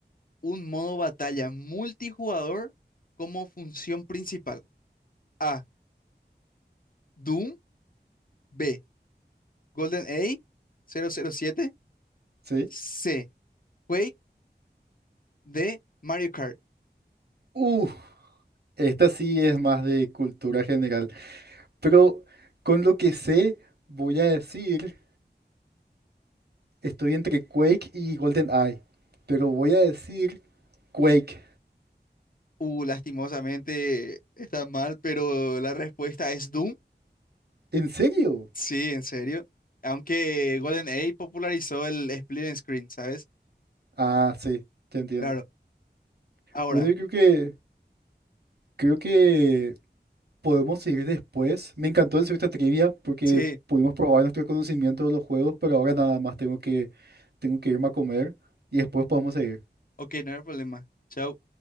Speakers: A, on the left; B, on the right.
A: un modo batalla multijugador como función principal? A. Doom. B. GoldenEye 007.
B: ¿Sí?
A: C. Quake. D. Mario Kart.
B: Uf, esta sí es más de cultura general. Pero con lo que sé, voy a decir, estoy entre Quake y Golden Eye Pero voy a decir Quake.
A: Uh, lastimosamente está mal, pero la respuesta es Doom.
B: ¿En serio?
A: Sí, en serio. Aunque GoldenEye popularizó el split and screen, ¿sabes?
B: Ah, sí, te entiendo.
A: Claro. Ahora,
B: Bueno, yo creo que creo que podemos seguir después. Me encantó hacer esta trivia porque
A: sí.
B: pudimos probar nuestro conocimiento de los juegos, pero ahora nada más tengo que tengo que irme a comer y después podemos seguir.
A: Ok, no hay problema. Chao.